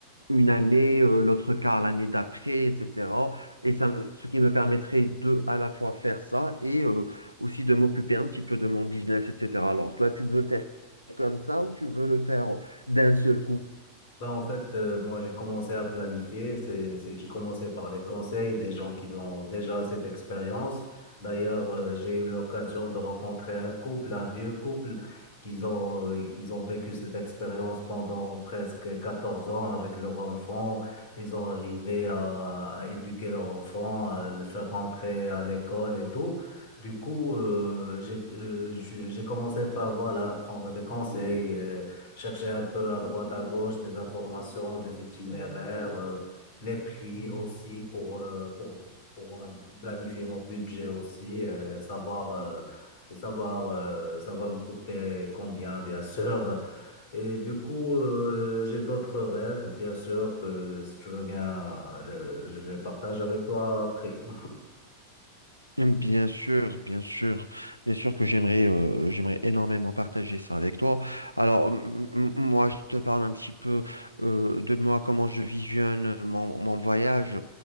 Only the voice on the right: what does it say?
une année, euh, l'autre quart l'année d'après, etc. Et ça, me- ce qui me permettrait de à la fois faire ça et euh, aussi de m'occuper un petit peu de mon business, etc. Alors toi, tu veux le faire comme ça ou tu veux le faire d'un seul coup?
Hum, Bien sûr, bien sûr, bien sûr que j'aimerais euh, j'aimerais énormément partager ça avec toi. Alors, m- m- moi, je te parle un petit peu euh, de moi, comment je visionne mon, mon voyage.